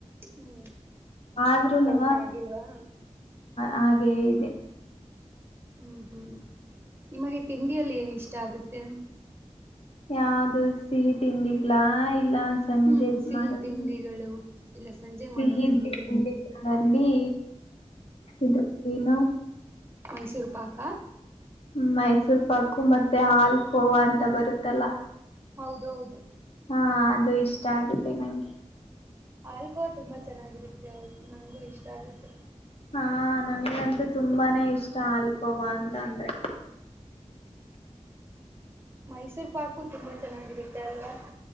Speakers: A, on the right; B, on the left.
A: ಹ್ಮ್
B: ಆದ್ರೂನು
A: ಆದ್ರೂ ಕಡಿಮೆ ಆಗಿಲ್ವಾ
B: ಹಾಗೇ ಇದೆ
A: ಹ್ಮ್ ಹ್ಮ್ ನಿಮಗೆ ತಿಂಡಿಯಲ್ಲಿ ಏನ್ ಇಷ್ಟ ಆಗುತ್ತೆ
B: ಯಾವ್ದು ಸಿಹಿ ತಿಂಡಿಗ್ಲಾ ಇ ಸಂಜೆತ್
A: ಹ್ಮ್ ಸಿಹಿ
B: ಮಾಡ
A: ತಿಂಡಿಗಳು
B: <inaudible>
A: ಇಲ್ಲ ಸಂಜೆ ಮಾಡೋ ತಿಂಡಿಗಳು
B: ಅಲ್ಲಿ ಇದ್ರ ಏನು <inaudible>
A: ಮೈಸೂರು ಪಾಕ
B: ಮೈಸೂರ್ ಪಾಕು ಮತ್ತೆ ಹಾಲ್ ಕೋವಾ ಅಂತ ಬರುತ್ತಲ್ಲ
A: ಹೌದು ಹೌದು
B: ಹಾ ಅದು ಇಷ್ಟ ಆಗುತ್ತೆ ನಂಗೆ
A: ಹಾಲ್ಕೋ ತುಂಬಾ ಚೆನ್ನಾಗಿರುತ್ತೆ ಹೌದು ನಂಗೂ ಇಷ್ಟ ಆಗುತ್ತೆ
B: ಹಾ ನನಗಂತೂ ತುಂಬಾನೇ ಇಷ್ಟ ಹಲ್ಕೋವಾ ಅಂತ ಅಂದ್ರೆ
A: ಹ್ಮ್ <unintelligible> ಮೈಸೂರು ಪಾಕು ತುಂಬಾ ಚೆನ್ನಾಗಿರುತ್ತೆ ಅಲ್ವಾ